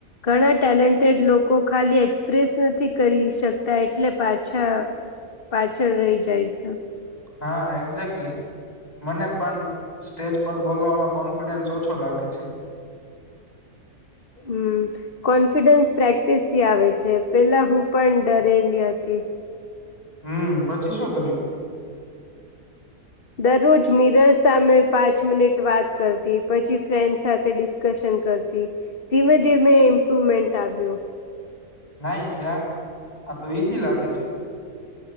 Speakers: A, on the left; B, on the left.
A: ઘણા ટેલેન્ટેડ લોકો ખાલી એક્સપ્રેસ નથી કરી શકતા એટલે પાછા પાછળ રહી જાય છે.
B: હા એક્ઝેક્ટલી મને પણ સ્ટેજ પર બોલવામાં કોન્ફિડન્સ ઓછો લાગે છે.
A: હમ્મ. કોન્ફિડન્સ પ્રેક્ટિસ થી આવે છે પેલા હું પણ ડરેલી હતી.
B: હમ્મ પછી શું કર્યું.
A: દરરોજ મિરર સામે પાંચ મિનિટ વાત કરતી પછી ફ્રેન્ડ સાથે ડિસ ડિસકશન કરતી ધીમે ધીમે ઇમ્પ્રુવમેન્ટ આવ્યો.
B: નાઈ શ્યા આા તો ઈઝી લાગે છે.